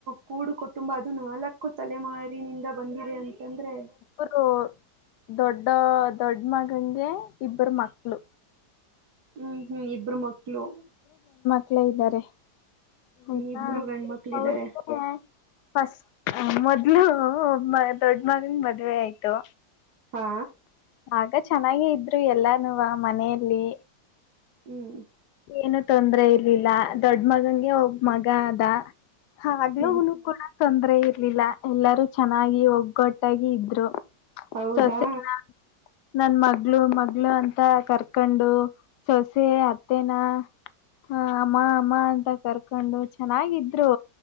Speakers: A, on the right; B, on the left.
A: ಕೂಡು ಕುಟುಂಬ ಅದು ನಾಲ್ಕ್ಕು ತಲೆಮಾರಿನಿಂದ ಬಂದಿದೆ ಅಂತಂದ್ರೆ.
B: ಇಬ್ರು ದೊಡ್ಡ ದೊಡ್ಡ ಮಗಂಗೆ ಇಬ್ಬರು ಮಕ್ಳು.
A: ಹ್ಮ್ ಹ್ಮ್ ಇಬ್ಬರು ಮಕ್ಕಳು.
B: ಮಕ್ಕಳೇ ಇದ್ದರೆ ಹೌದ
A: ಇಬ್ರು ಗಂಡ್ಮಕ್ಳ
B: ಅವರಿಗುವೆ
A: ಇದಾರೆ
B: ಫಸ್ಟ್ ಮೊದ್ಲು ದೊಡ್ಡ ಮಗನ ಮದ್ವೆ ಆಯ್ತು
A: ಹಾ
B: ಆಗ ಚೆನ್ನಾಗೆ ಇದ್ರು ಎಲ್ಲಾನೂವ ಮನೆಯಲ್ಲಿ
A: ಹ್ಮ್
B: ಏನು ತೊಂದ್ರೆ ಇರ್ಲಿಲ್ಲ ದೊಡ್ಡ ಮಗಂಗೆ ಒಬ್ಬ ಮಗ ಆದ ಹಗ್್ಲೂನು
A: ಹ್ಮ್
B: ಕೂಡ ತೊಂದ್ರೆ ಇರ್ಲಿಲ್ಲ ಎಲ್ಲಾರೂ ಚೆನ್ನಾಗಿ ಒಗ್ಗೊಟ್ಟಾಗಿ ಇದ್ರು
A: ಹೌದಾ
B: ಸೊಸೆನ ನನ್ ಮಗ್ಗಳು ಮಗ್ಗಳು ಅಂತ ಕರ್ಕೊಂಡು ಸೊಸೆ ಅತ್ತ ಮತ್ತೇನಾ ಹ ಅಮ್ಮ ಅಮ್ಮ ಅಂತ ಕರ್ಕೊಂಡು ಚೆನ್ನಾಗಿದ್ರು